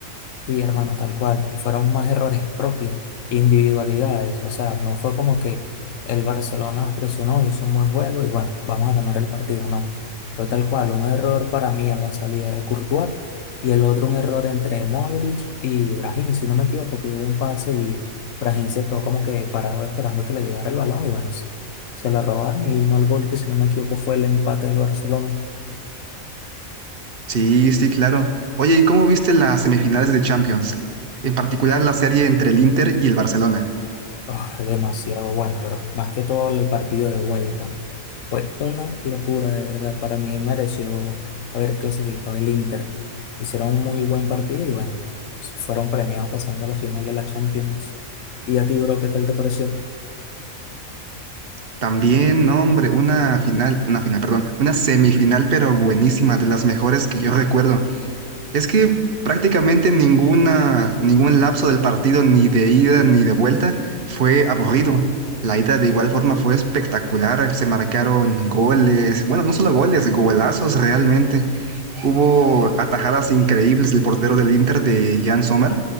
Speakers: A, on the left (about 70°); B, on the right (about 45°).
A: Sí, hermano, tal cual. Fueron más errores propios, individualidades. O sea, no fue como que el Barcelona presionó, hizo un buen juego y bueno, vamos a ganar el partido. No, fue tal cual. Un error para mí en la salida de Courtois y el otro un error entre Modric y Brahim, si no me equivoco, que hubo un pase y Brahim se quedó como que parado esperando que le llegara el balón y bueno, se, se la robaron y no el gol, que si no me equivoco fue el empate del Barcelona.
B: Sí, sí, claro. Oye, ¿y cómo viste las semifinales de Champions? En particular la serie entre el Inter y el Barcelona.
A: Ah, demasiado bueno, bro. Más que todo el partido de vuelta. Fue una locura, de verdad. Para mí mereció haber clasificado el Inter. Hicieron un muy buen partido y bueno, fueron premiados pasando a la final de la Champions. ¿Y a ti, bro, qué tal te pareció?
B: También, no, hombre, una final, una final, perdón, una semifinal, pero buenísima, de las mejores que yo <laughs> recuerdo. Es que prácticamente ninguna, ningún lapso del partido, ni de ida ni de vuelta, fue aburrido. La ida de igual forma fue espectacular, se marcaron goles, bueno, no solo goles, golazos realmente. Hubo atajadas increíbles del portero del Inter de Jan Sommer,